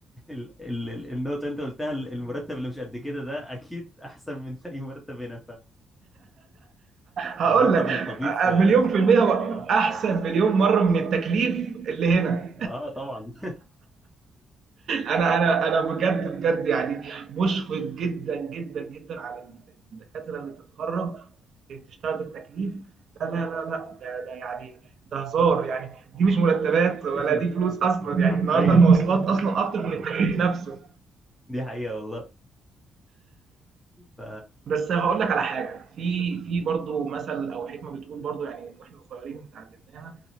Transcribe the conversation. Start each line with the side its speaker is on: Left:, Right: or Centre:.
Centre: ال... ال... ال- النقطه اللي انت قلتها ال- المرتب اللي مش قد كده ده اكيد احسن من اي مرتب هنا
Right: هقول
Centre: فمرتب
Right: لك
Centre: الطبيب في
Right: مليون
Centre: ف...
Right: في المية هو
Centre: اه
Right: أحسن مليون مرة من التكليف اللي هنا
Centre: آه، طبعا
Right: انا انا انا بجد بجد يعني مشفق جدا جدا جدا على الدكاتره اللي بتتخرج وبتشتغل بالتكليف لا لا لا لا ده ده يعني ده هزار يعني دي مش مرتبات
Centre: <laughs>
Right: ولا دي فلوس اصلا يعني
Centre: حرفيا
Right: النهارده المواصلات اصلا اكتر من التكليف نفسه
Centre: دي حقيقه والله ف
Right: بس هاقول لك على حاجة، في في برضه مثل أو حكمة بتقول برضه يعني من وإحنا صغيرين اتعلمناها